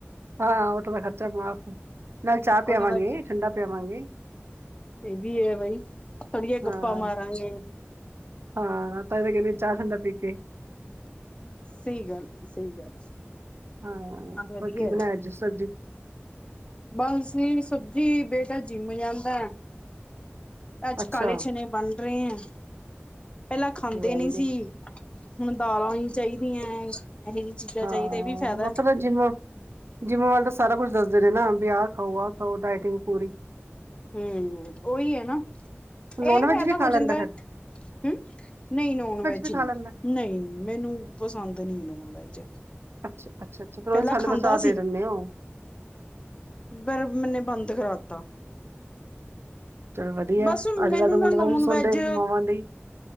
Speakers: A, on the right (about 65°); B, on the left (about 25°).
A: ਹਾਂ ਓਟੋ ਦਾ ਖਰਚਾ ਮਾਫ ਨਾਲੇ ਚਾਹ ਪਿਆਵਾਂਗੇ,
B: ਆਟੋ ਦਾ
A: ਠੰਡਾ ਪਿਆਵਾਂਗੇ।
B: ਇਹ ਵੀ ਏ ਬਈ ਥੋੜੀਆਂ
A: ਹਾਂ
B: ਗੱਪਾਂ ਮਾਰਾਂਗੇ।
A: ਹਾਂ ਤਾਂ ਈ ਤ ਕਹਿੰਨੀ ਚਾਹ, ਠੰਡਾ ਪੀ ਕੇ।
B: ਸਈ ਗੱਲ ਸਈ ਗੱਲ।
A: ਹਾਂ
B: ਹੈ ਵਧੀਆ
A: ਪਰ ਕੀ ਬਣਾਇਆ
B: ਹੈ।
A: ਜੇ ਸਬਜ਼ੀ
B: ਬਸ ਨੀ ਸਬਜ਼ੀ ਬੇਟਾ ਜਿੰਮ ਜਾਂਦਾ ਐ। ਅੱਜ
A: ਅੱਛਾ
B: ਕਾਲੇ ਚਣੇ ਬਣ ਰਹੇ ਐ ਪਹਿਲਾਂ ਖਾਂਦੇ
A: ਵੈਰੀ
B: ਨਈ
A: ਗੁੱਡ
B: ਸੀ। ਹੁਣ ਦਾਲਾਂ ਹੀ ਚਾਹੀਦੀਆਂ ਇਹੋ ਜਿਹੀ ਚੀਜ਼ਾਂ
A: ਹਾਂ
B: ਚਾਹੀਦਾ ਇਹ ਵੀ ਫਾਇਦਾ
A: ਮ ਤੇਬ ਜਿੰਮ ਜਿੰਮ ਵੱਲ ਤਾਂ ਸਾਰਾ ਕੁਛ ਦੱਸਦੇ ਨੇ ਨਾ ਵਿਆਹ ਖਾਓ ਆਹ ਖਾਓ ਡਾਇਟਿੰਗ ਪੂਰੀ
B: ਹਮ ਓਹੀ ਹੈ। ਨਾ
A: ਨੋਨ
B: ਇਹ
A: ਵੈਜ
B: ਫਾਇਦਾ
A: ਵੀ ਖਾ
B: ਹੋ
A: ਲੈਂਦਾ
B: ਜਾਂਦਾ
A: ਫਿਰ
B: ਹਮ ਨਹੀਂ ਨੋਨ ਵੈਜ
A: ਵੀ ਖਾ ਲੈਂਦਾ
B: ਨਹੀਂ। ਮੈਨੂੰ ਪਸੰਦ ਨੀ ਨੋਨ ਵੈਜ
A: ਅਛ ਅੱਛਾ ਅੱਛਾ ਫਿਰ
B: ਪਹਿਲਾਂ
A: ਉਹਦੀ ਸਾਨੂੰ
B: ਖਾਂਦਾ
A: ਬਸਾ ਦੇ ਦਿੰਦੇ ਆ ਉਹ
B: ਬਰਫ਼ ਮੈਨੇ ਬੰਦ ਕਰਾਤਾ
A: ਚਲ ਵਧੀਆ
B: ਬਸ
A: ਅੱਜ
B: ਮੈਨੂੰ
A: ਕੱਲ੍ਹ ਦੇ ਮੁੰਡੇ
B: ਨਾ ਨੋਨ
A: ਤਾਂ ਵੀ
B: ਵੈਜ
A: ਸੁਣਦੇ ਮਾਵਾਂ ਦੀ